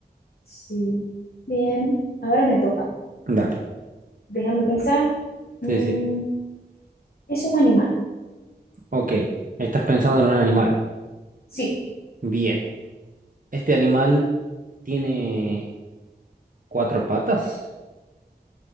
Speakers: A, on the left (about 60°); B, on the right (about 50°).
A: Sí. Bien, ahora me toca.
B: Dale.
A: Déjame pensar. Mm,
B: Sí, sí.
A: ¿es un animal?
B: Ok, estás pensando en un animal.
A: Sí,
B: Bien. ¿Este animal tiene cuatro patas?